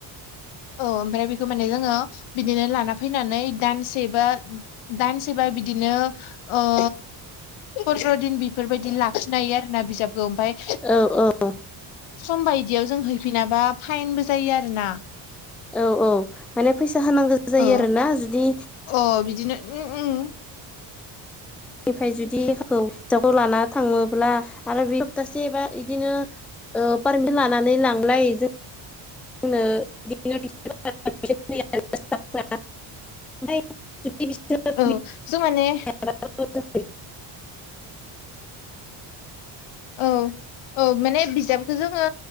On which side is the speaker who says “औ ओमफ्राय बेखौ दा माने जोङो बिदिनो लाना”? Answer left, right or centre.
Left